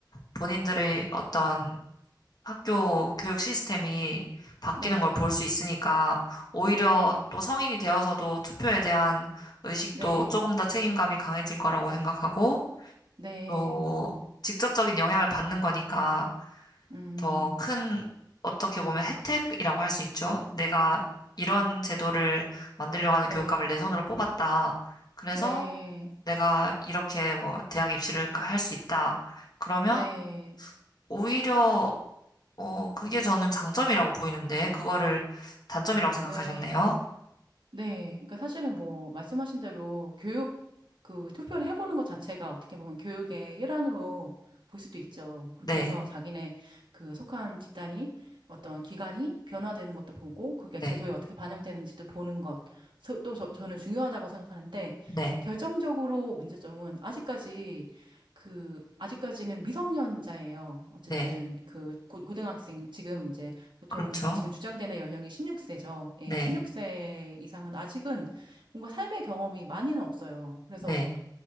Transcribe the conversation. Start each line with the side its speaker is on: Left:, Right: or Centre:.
Left: 본인들의 어떤 학교 교육 시스템이 바뀌는
Right: 네.
Left: 걸 볼 수 있으니까 오히려
Right: 네.
Left: 또 성인이 되어서도 투표에 대한 의식도
Right: 네.
Left: 조금 더 책임감이 강해질 거라고 생각하고
Right: 네.
Left: 또 직접적인 영향을 받는 거니까
Right: 음.
Left: 더 큰 어떻게 보면 혜택이라고 할 수 있죠. 내가 이런 제도를 만들려고 하는
Right: 네.
Left: 교육감을 내 손으로 뽑았다. 그래서
Right: 네. 네.
Left: 내가 이렇게 뭐 대학 입시를 할 수 있다. 그러면
Right: 네.
Left: 오히려 어, 그게 저는 장점이라고 보이는데, 그거를 단점이라고 생각하셨네요.
Right: 네, 네. 그러니까 사실은 뭐, 말씀하신 대로 교육, 그 투표를 해보는 것 자체가 어떻게 보면 교육의 일환으로 볼 수도 있죠. 그렇게
Left: 네,
Right: 해서 자기네 그 속한 집단이 어떤 기관이 변화되는 것도 보고 그게
Left: 네,
Right: 제도에 어떻게 반영되는지도 보는 것. 서- 또 저, 저는 중요하다고 생각하는데
Left: 네,
Right: 결정적으로 문제점은 아직까지 그, 아직까지는 미성년자예요. 어쨌든
Left: 네.
Right: 그 고- 고등학생, 지금 이제 보통
Left: 그렇죠.
Right: 지금 주장되는 연령이 16세죠. 예,
Left: 네,
Right: 16세 이상은 아직은 뭔가 삶의 경험이 많이는 없어요. 그래서
Left: 네.